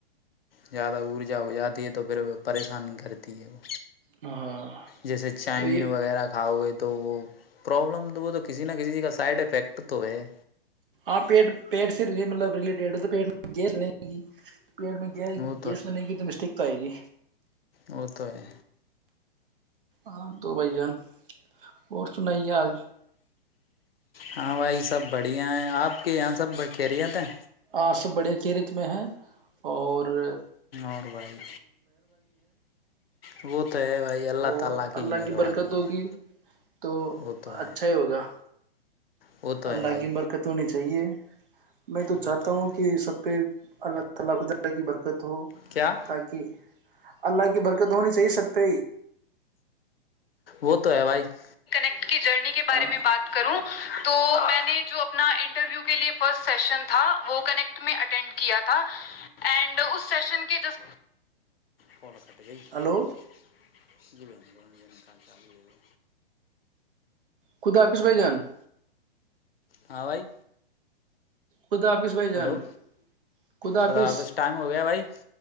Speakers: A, on the left (about 70°); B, on the right (about 60°).
A: زیادہ ارجا ہو جاتی ہے تو پھر پریشانی کرتی ہے وہ
B: ہاں
A: جیسے چائمین
B: تو یہ
A: وغیرہ کھاؤ گے تو <unintelligible> کسی نہ کسی کا سائڈ افیکٹ تو ہے
B: آپ پیٹ پیٹ سے مطلب ریلیٹیڈ تو پ گےتنے پیڑ میں گ
A: وہ
B: گیس میں نہیںن گی تو مسٹیک نتائے گے
A: ات <unintelligible>
B: ہاں تو بھائی جان اور سناائیے آج
A: ہاں بھائی سب بڑھیا ہے آپ کے یہاں سب خیریت ہیں
B: ہاں سب بڑھیا کیرت میں ہے اور ہے
A: اور بھائی وہ تو ہے بھائی اللہ
B: اور
A: تعالیٰ
B: اور
A: مہربانی
B: کی ہوگی
A: ہے
B: تو
A: وہ تو ہے
B: ہی ہوگا
A: وہ تو
B: اللہ
A: ہے بھائی
B: کی برکت ہونی چاہیے میں تو
A: وہ
B: چاہتا ہوں
A: ہے
B: کہ سب پہ اللہ تلہ خ کی بر قت ہو
A: کیا
B: تاکہ <unintelligible> اللہ کی برکت ہونی چاہیے سکتے
A: وہ تو ہے بھائی ک <unintelligible> کی جرنی کے بارے
B: ہاں
A: میں بات کروں تو میں نے جو اپنا انٹرویو کے لیے فسٹ سیشن تھا وہ کنیکٹ میں اٹینڈ کیا تھا اینڈ اس سیشن کے جس فال کٹ گئی <unintelligible>
B: ہلو
A: جیبین گ ج <unintelligible> ا شان چالی ہے
B: کھے آپش بھائی جان <unintelligible>
A: ہاں بھائی
B: خدا حافظ بھائی جان
A: ہلو
B: خدا
A: خداپس
B: حافظ
A: ٹائم ہو گیا بھائی